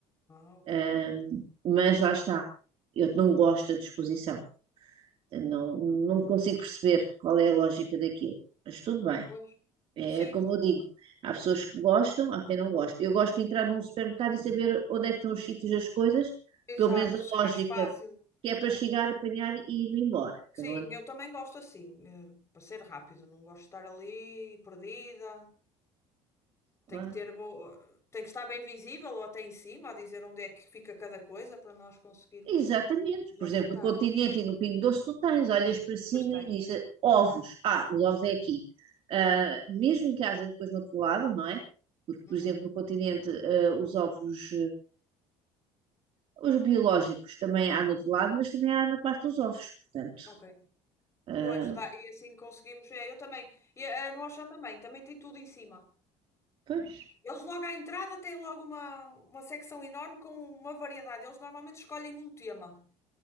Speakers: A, on the left; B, on the right.
A: Ah, ok.
B: Ahm, mas lá está, eu não gosto da disposição, Eu não, não consigo perceber qual é a lógica daquilo, mas tudo bem.
A: Pois.
B: É
A: Sim,
B: como eu digo, há pessoas que gostam, há quem não gosta. Eu gosto de entrar num supermercado e saber onde é que estão os sítios das coisas,
A: exato,
B: pelo menos a
A: isso é
B: lógica,
A: mais fácil.
B: que é para
A: não é?
B: chegar, apanhar e ir embora.
A: Sim,
B: Que eu não ando...
A: eu também gosto assim, eh, para ser rápido, não gosto de estar ali perdida.
B: Claro.
A: Tem que ter bo... tem que estar bem visível ou até em cima a dizer onde é que fica cada coisa para nós conseguirmos
B: Exatamente.
A: eh, nos
B: Por
A: orientar.
B: exemplo, no Continente e no Pingo Doce tu tens, olhas para cima
A: Pois tem.
B: e dizes ovos. Ah, os ovos é aqui. Ah, mesmo que haja depois no outro lado, não é? Porque,
A: Uhum.
B: por exemplo, no Continente, ah, os ovos, ah, os biológicos também há no outro lado, mas também há na parte dos ovos. Portanto,
A: Ok.
B: ah,
A: Pois dá, e assim conseguimos. É, eu também. E a a nossa também, também tem tudo em cima.
B: Pois,
A: Eles logo à entrada têm logo uma, uma secção enorme com uma variedade. Eles normalmente escolhem um tema.